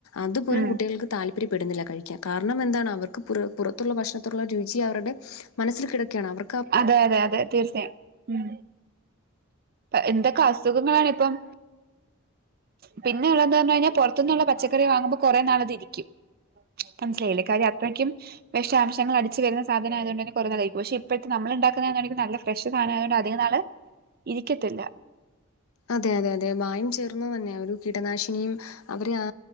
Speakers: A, on the left (about 80°); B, on the right (about 45°).
A: അതുപോലും
B: ഉം
A: താല്പര്യപ്പെടുന്നില്ല കഴിക്കാൻ കാരണം എന്താണ് അവർക്ക് പുറ പുറത്തുള്ള ഭക്ഷണത്തുള്ള രുചി അവരുടെ മനസ്സിൽ കിടക്കാണ് അവർ
B: അതെ അതെ അതെ തീർച്ചയായും മ് എന്തൊക്കെ അസുഖങ്ങളാണ് ഇപ്പം പിന്നെ ഉള്ളതുന്നു പറഞ്ഞാ കഴിഞ്ഞാ പുറത്തുന്നുള്ള പച്ചക്കറി വാങ്ങുമ്പോൾ കുറെ നാളത് ഇരിക്കും മനസ്സിലായില്ലേ കാര്യം അത്രയ്ക്കും വിഷാംശങ്ങൾ അടിച്ച് വരുന്ന സാധനം ആയതുകൊണ്ട്ന്നെ കുറ നാളിരിക്കും പക്ഷെ ഇപ്പോഴത്തെ നമ്മള് ഇണ്ടാക്കുന്നെ നല്ല ഫ്രഷ് സാധനമായതു കൊണ്ട് അധിക നാള് ഇരിക്കത്തില്ല
A: അതെ അതെ അതെ മായം ചേ തന്നെ ഒരു കീടനാശിനിയും അവരെ ആ